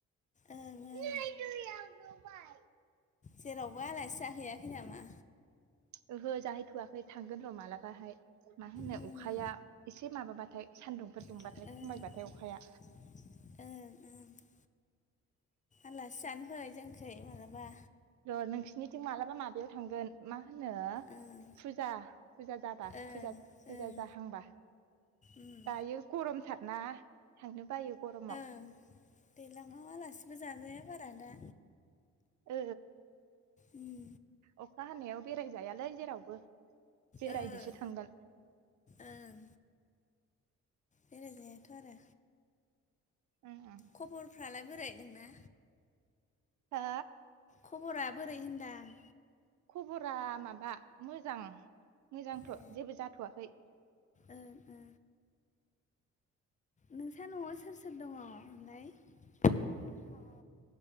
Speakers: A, on the left; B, on the right.
A: ओं
B: <unintelligible>
A: ओं जेरावबो आलासि जाहैयाखै नामा?
B: ओहो जाहैथ'वाखै थांगोन र' मालाबाहाय। मानो होनो
A: उम
B: अखाया एसे माबाबाथाय सान्दुंफोर। दुंबाथाय
A: ओं
B: खमायबाथाय अखाया
A: ओं ओं आलासि जानो फै जोंखै मालाबा।
B: र' नोंसोरनिथिं मालाबा माबायाव थांगोन। मा होनो
A: ओं
B: फुजा फुजा जाबा
A: ओं
B: फुजा
A: ओं
B: जाहांबा।
A: उम
B: दायो गरमथारना थांनो बायो गरमाव।
A: ओं दैलाङा आलासिबो जाजाया बारा दा।
B: ओ
A: उम।
B: अखा हानायाव बेरायजायालै जेरावबो। बेरायनोसो
A: ओं
B: थांगोन
A: ओं। बेरायजायाथ' आरो
B: <unintelligible>
A: खबरफ्रालाय बोरै नोंना?
B: हा
A: खबरा बोरै होनदां?
B: खबरा माबा मोजां मोजांथ'
A: ए
B: जेबो जाथ'वाखै।
A: ओं ओ। नोंसा न'आव सोर सोर दङ लाय? जोंहा